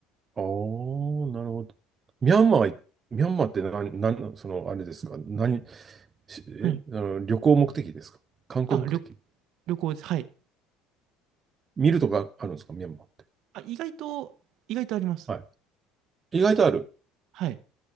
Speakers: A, on the right; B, on the right.
A: ああ、なるほど。ミャンマーは、ミャンマーって何、何、その、あれですか何、しえ、
B: はい。
A: あの、旅行目的ですか観光目的
B: あ、旅、旅行です。はい。
A: 見るとかあるんですかミャンマーって。
B: あ、意外と、意外とあります。
A: はい。意外とある。
B: はい。